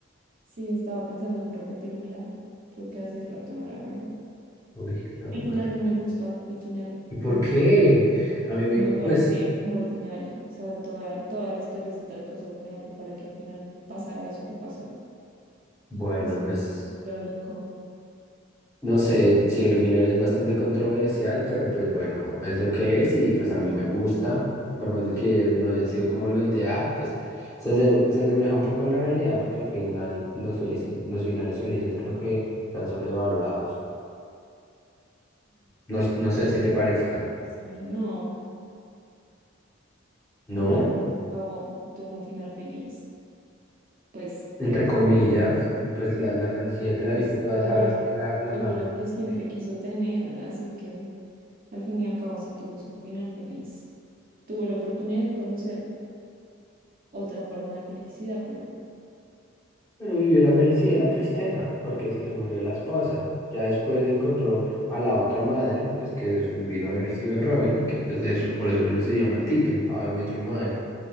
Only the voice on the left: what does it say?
Uy, lo
máximo.
¿Y por
qué?
A mí me
encanta,
pues,
bueno,
pues,
no sé si el final es bastante controversial, pero pues bueno, es lo que es y pues a mí me gusta. Por más de que no haya sido como lo ideal, pues se, aser- se asemeja un poco a la realidad porque al final los felices, los finales felices creo que están sobrevalorados. No, no sé si te parezca.
No,
entre
comillas, pues la, la, si ya te la
viste toda,
sabes
que
la, la
madre
y
los hijos.
Pero vivió la felicidad y la tristeza, porque se le murió la esposa. Ya después encontró a la otra madre, pues que es- vino a haber sido Robin, que pues de eso, por eso se llama el título, How I Met Your Mother,